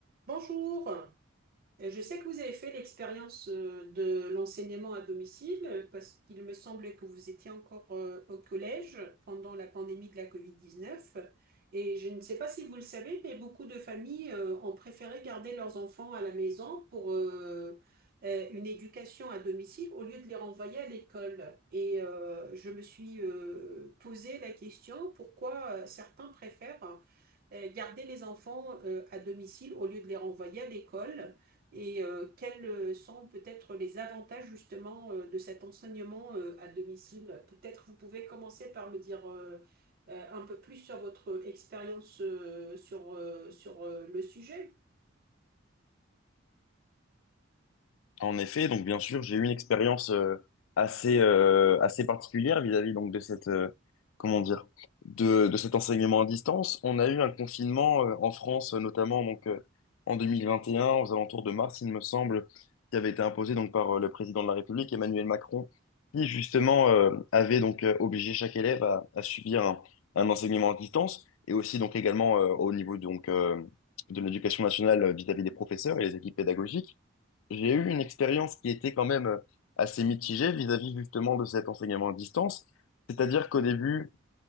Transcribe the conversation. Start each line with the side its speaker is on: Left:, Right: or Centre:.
Right: Bonjour. Euh, Je sais que vous avez fait l'expérience euh, de l'enseignement à domicile euh, parce qu'il me semblait que vous étiez encore euh, au collège pendant la pandémie de la covid dix neuf Et je ne sais pas si vous le savez, mais beaucoup de familles euh, ont préféré garder leurs enfants à la maison pour euh, euh, une éducation à domicile au lieu de les renvoyer à l'école. Et euh, je me suis euh, posé la question pourquoi euh, certains préfèrent euh, garder les enfants euh, à domicile au lieu de les renvoyer à l'école et euh, quels euh, sont peut-être les avantages justement euh, de cet enseignement euh, à domicile? Peut-être vous pouvez commencer par me dire euh, euh, un peu plus sur votre expérience euh, sur, euh, sur euh, le sujet.
Left: En effet, donc bien sûr, j'ai eu une expérience euh, assez euh, assez particulière vis-à-vis donc de cette euh, comment dire de, de cet enseignement à distance. On a eu un confinement euh, en France euh, notamment donc euh, en 2021 aux alentours de mars, il me semble, qui avait été imposé donc par euh, le président de la République Emmanuel Macron, qui justement euh, avait donc euh, obligé chaque élève à, à subir un, un enseignement à distance et aussi donc également euh, au niveau donc euh, de l'éducation nationale euh, vis-à-vis des professeurs et les équipes pédagogiques. J'ai eu une expérience qui était quand même euh, assez mitigée vis-à-vis justement de cet enseignement à distance. C'est-à-dire qu'au début,